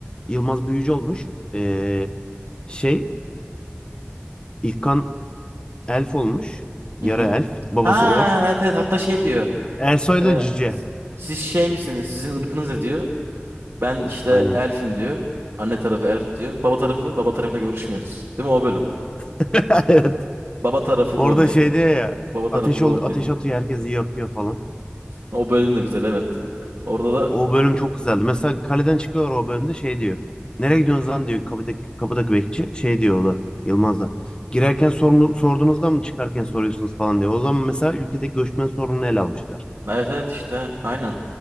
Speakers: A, on the left (about 20°); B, on the right (about 65°).
A: Yılmaz büyücü olmuş. E, şey İlkan elf olmuş. yara
B: Hı hı.
A: elf. Babası
B: Ha
A: ork.
B: evet evet hatta şey diyor.
A: Ersoy
B: e,
A: da cüce.
B: s- siz şey misiniz? Sizin ırkınız ne diyor? Ben işte
A: Aynen.
B: elfim diyor. Anne tarafı elf diyor. Baba tarafı baba tarafıyla görüşmüyoruz. Değil mi o bölüm?
A: <laughs> Evet.
B: Baba tarafı goblin.
A: Orada şey diyor ya.
B: Baba tarafı
A: Ateş
B: goblin.
A: ol, ateş atıyor herkesi yakıyor falan.
B: O bölüm de güzel evet. Orada da
A: O bölüm çok güzeldi. Mesela kaleden çıkıyorlar o bölümde şey diyor. Nereye gidiyorsunuz lan diyor kapıdaki, kapıdaki bekçi. Şey diyor o da Yılmaz da. Girerken sormu, sorduğunuzda mı çıkarken soruyorsunuz falan diyor. O zaman mesela ülkedeki göçmen sorununu ele almışlar.
B: evet evet işte aynen.